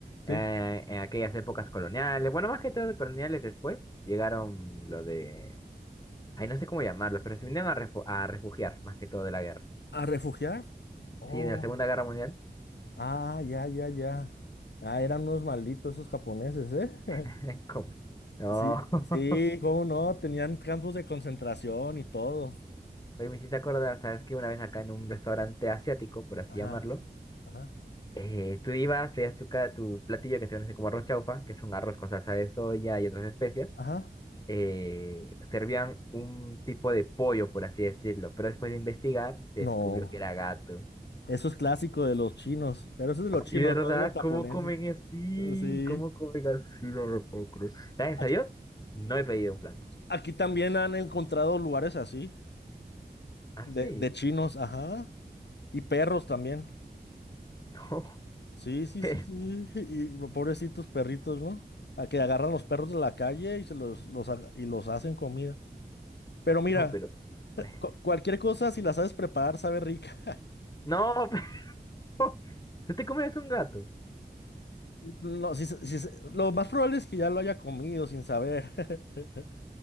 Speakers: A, on the left (about 25°); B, on the left (about 85°).
A: Eh,
B: Sí.
A: en aquellas épocas coloniales, bueno, más que todo coloniales después, llegaron lo de... Ay, no sé cómo llamarlos, pero se vinieron a, refu- a refugiar, más que todo de la guerra.
B: ¿A refugiar? Oh,
A: Sí, en la Segunda Guerra Mundial.
B: ah, ya, ya, ya. Ah, eran unos malditos esos japoneses, ¿eh? <laughs>
A: <laughs> ¿Cómo? No.
B: Sí,
A: <laughs>
B: sí, cómo no, tenían campos de concentración y todo.
A: Oye, me hiciste acordar, ¿sabes que Una vez acá en un restaurante asiático, por así
B: Ajá,
A: llamarlo,
B: ajá,
A: eh, tú ibas, te tu, ca- tu platillo que se conoce como arroz chaufa, que es un arroz con salsa de soya y otras especias.
B: ajá.
A: eh, servían un tipo de pollo, por así decirlo, pero después de investigar se
B: No,
A: descubrió que era gato.
B: eso es clásico de los chinos, pero eso es de los chinos,
A: Sí, ¿verdad?
B: no de los japoneses.
A: ¿Cómo comen así?
B: Sí,
A: ¿Cómo comen así? No lo puedo creer. Gracias
B: aquí,
A: a Dios, no he pedido un plato.
B: aquí también han encontrado lugares así,
A: Así,
B: de, de chinos, ajá, y perros también.
A: no,
B: Sí, sí,
A: <laughs> pero,
B: sí, sí. sí, Y pobrecitos perritos, ¿no? A que agarran los perros de la calle y se los, los ha- y los hacen comida. Pero mira,
A: no, pero,
B: eh,
A: bueno.
B: cu- cualquier cosa, si la sabes preparar, sabe rica.
A: no, pero, <laughs> ¿tú te comes un gato?
B: No, si, se- si se- lo más probable es que ya lo haya comido sin saber, <laughs>